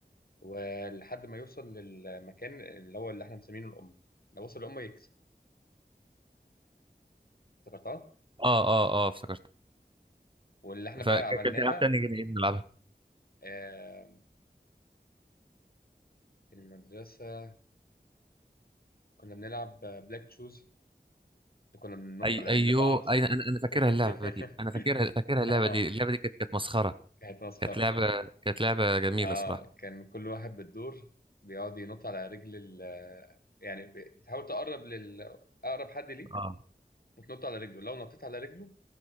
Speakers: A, on the left; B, on the right.
A: ولحد ما يوصل للمكان اللي هو اللي احنا مسمينه الأمة لو وصل الأمة يكسب افتكرتها
B: اه اه اه افتكرت
A: واللي احنا بقى
B: فكانت
A: عملناها
B: لعبة تانية كده ايه بنلعبها
A: آه، في المدرسة كنا بنلعب بلاك تشوز كنا بننط
B: اي
A: على
B: ايوه
A: رجل بعض
B: اي انا انا فاكرها
A: <laughs>
B: اللعبة دي انا فاكرها فاكرها اللعبة
A: اه
B: دي اللعبة دي كانت كانت مسخرة
A: كانت مسخرة
B: كانت لعبة كانت لعبة جميلة
A: اه
B: صراحة
A: كان كل واحد بالدور بيقعد ينط على رجل ال يعني ب- بتحاول تقرب لل اقرب حد ليك
B: اه
A: وتنط على رجله لو نطيت على رجله